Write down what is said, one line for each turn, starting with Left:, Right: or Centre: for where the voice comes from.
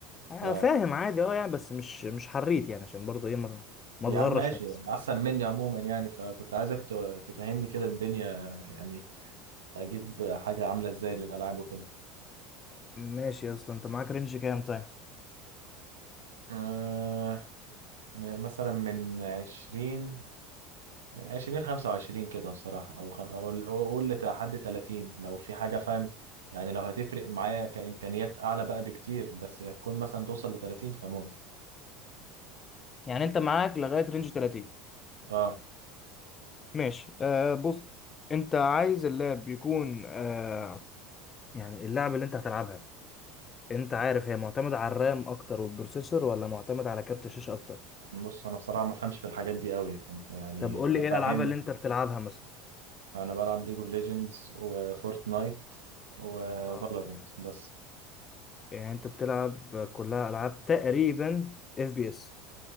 Left: انا
Right: ف
Left: فاهم عادي اه يعني بس مش مش حريت يعني عشان برضه ايه ما ما
Right: يا
Left: اتغرش
Right: عم ماشي
Left: في نفسي
Right: احسن مني عموما يعني فكنت عايزك ت- تفهمني كده الدنيا يعني اجيب حاجة عاملة ازاي للالعاب وكده
Left: ماشي يا اسطى انت معاك رينج كام طيب
Right: آه م- مثلا من عشرين عشرين خمسة وعشرين كده بصراحة أو خ... أقول أقول لحد تلاتين لو في حاجة فاهم يعني لو هتفرق معايا كإمكانيات أعلى بقى بكتير بس هتكون مثلا توصل لتلاتين فممكن
Left: يعني انت معاك لغايه رينج 30
Right: أه
Left: ماشي آه بص انت عايز اللاب يكون آه يعني اللعبه اللي انت هتلعبها انت عارف هي معتمده على الرام اكتر والبروسيسور ولا معتمد على كارت الشاشه اكتر
Right: بص أنا بصراحة ما فهمش في الحاجات دي أوي فأنت يعني
Left: طب قول لي ايه
Right: فهمني
Left: الالعاب اللي انت بتلعبها مثلا
Right: أنا بلعب ليج اوف ليجندز وفورتنايت وفالورنت
Left: آه.
Right: بس
Left: يعني انت بتلعب كلها العاب تقريبا اف بي اس